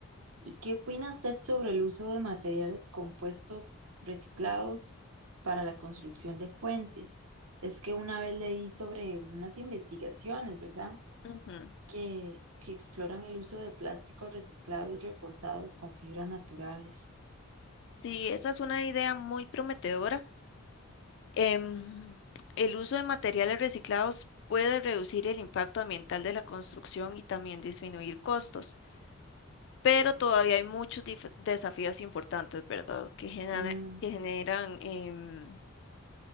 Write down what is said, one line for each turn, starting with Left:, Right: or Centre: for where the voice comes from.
Right: y qué opina usted sobre el uso de materiales compuestos reciclados para la construcción de puentes? Es que una vez leí sobre unas investigaciones, ¿verdad?
Left: Ujú.
Right: Que, que exploran el uso de plásticos reciclados reforzados con fibras naturales.
Left: Sí, esa es una idea muy prometedora. Em, el uso de materiales reciclados puede reducir el impacto ambiental de la construcción y también disminuir costos, pero todavía hay muchos dif- desafíos importantes, ¿verdad? Que genera-
Right: Mm,
Left: que generan em,